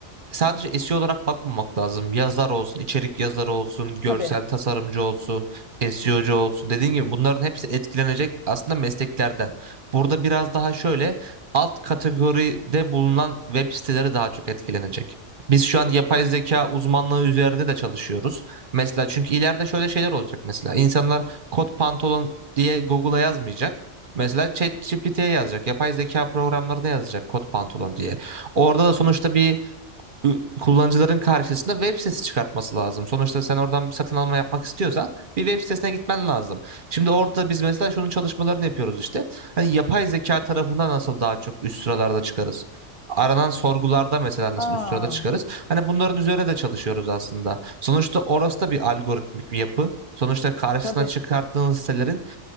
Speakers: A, on the right; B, on the left.
A: sadece SEO olarak bakmamak lazım. Yazar olsun, içerik yazarı olsun, görsel
B: Tabii.
A: tasarımcı olsun, SEO'cu olsun. Dediğim gibi bunların hepsi etkilenecek aslında mesleklerden. Burada biraz daha şöyle alt kategoride bulunan web siteleri daha çok etkilenecek. Biz şu an yapay zeka uzmanlığı üzerine de çalışıyoruz. Mesela çünkü ileride şöyle şeyler olacak mesela. İnsanlar kot pantolon diye Google'a yazmayacak. Mesela ChatGPT'ye yazacak. Yapay zeka programlarına yazacak kot pantolon diye. Orada da sonuçta bir ü- kullanıcıların karşısında web sitesi çıkartması lazım. Sonuçta sen oradan bir satın alma yapmak istiyorsan bir web sitesine gitmen lazım. Şimdi orada biz mesela şunun çalışmalarını yapıyoruz işte. Hani yapay zeka tarafından nasıl daha çok üst sıralarda çıkarız? Aranan sorgularda mesela nasıl
B: Aa,
A: üst sırada çıkarız? Hani bunların üzerine de çalışıyoruz aslında. Sonuçta orası da bir algoritmik bir yapı. Sonuçta karşısına
B: tabii.
A: çıkardığınız sitelerin